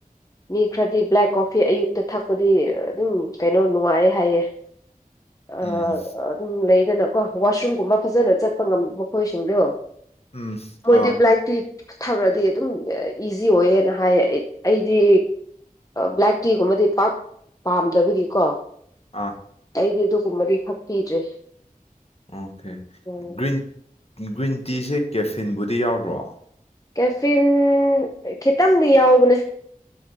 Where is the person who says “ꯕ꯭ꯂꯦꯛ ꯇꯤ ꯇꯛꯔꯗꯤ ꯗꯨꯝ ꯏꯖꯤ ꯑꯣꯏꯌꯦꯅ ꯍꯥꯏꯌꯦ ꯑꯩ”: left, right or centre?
Left